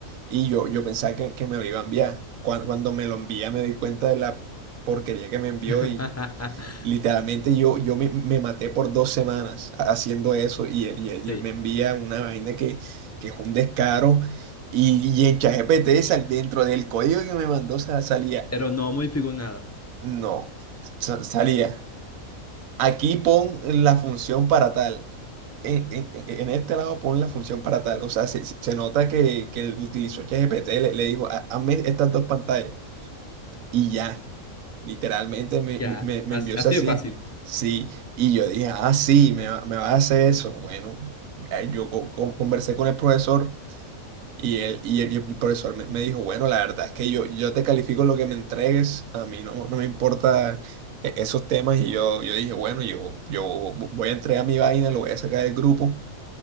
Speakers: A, on the right; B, on the left.
A: y yo, yo pensaba que, que me lo iba a enviar. Cuando, cuando me lo envía me di cuenta de la porquería que me envió
B: <laughs>
A: y literalmente yo, yo me, me maté por dos semanas ha- haciendo eso y él, y él,
B: Sí,
A: y él me envía una vaina que, que es un descaro y, y en ChatGPT sal, dentro del código que me mandó sa- salía,
B: pero no modifico nada.
A: no, sa- salía. Aquí pon la función para tal. En, en- en este lado pon la función para tal. O sea, se, se- se nota que, que él utilizó ChatGPT, le, le dijo, "Ha- hazme estas dos pantallas. Y ya, literalmente me,
B: Ya,
A: me, me- me
B: así,
A: envió
B: así
A: eso así.
B: de fácil.
A: Sí. sí. Y yo dije, ah, sí, me, va- me va a hacer eso. Bueno, eh, yo co- con- conversé con el profesor. Y él y el, y el profesor me, me dijo, bueno, la verdad es que yo, yo te califico lo que me entregues, a mí no, no me importa e- esos temas. Y yo, yo dije, bueno, yo, yo voy a entregar mi vaina, lo voy a sacar del grupo